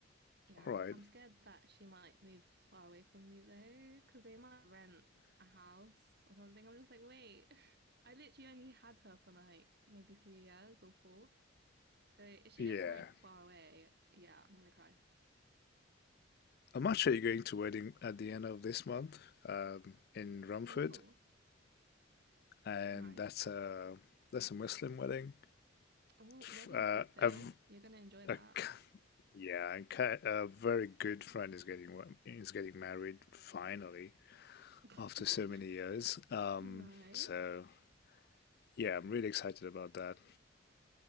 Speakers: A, on the right (about 55°); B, on the left (about 55°).
A: Yeah,
B: All right.
A: I'm scared that she might move far away from me though, because they might rent a house or something. I'm just like, wait, <laughs> I literally only had her for like maybe three years or four. So if she
B: Yeah.
A: gets married far away, yeah, I'm gonna cry.
B: I'm actually going to wedding at the end of this month, um, in Romford,
A: Ooh,
B: and
A: nice.
B: that's a that's a Muslim wedding.
A: Oh,
B: F-
A: wedding
B: Uh,
A: food though.
B: a, v-
A: You're gonna enjoy that.
B: a k- yeah, and ki- a very good friend is getting wa- is getting married finally
A: <laughs>
B: after so many years. Um,
A: Nice.
B: so yeah, I'm really excited about that.